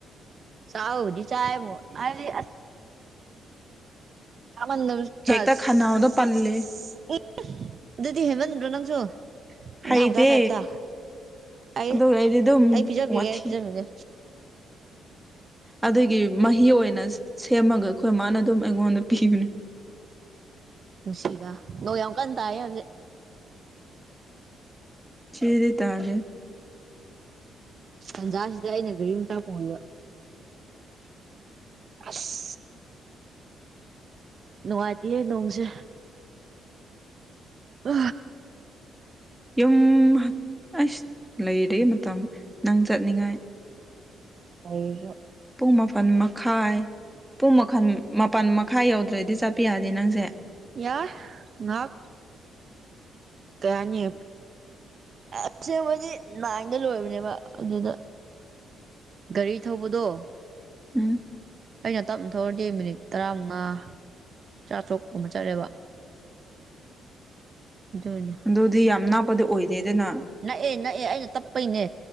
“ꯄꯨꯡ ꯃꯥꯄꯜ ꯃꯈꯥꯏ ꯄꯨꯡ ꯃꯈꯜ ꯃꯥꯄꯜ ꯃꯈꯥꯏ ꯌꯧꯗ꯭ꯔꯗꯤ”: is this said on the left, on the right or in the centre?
Centre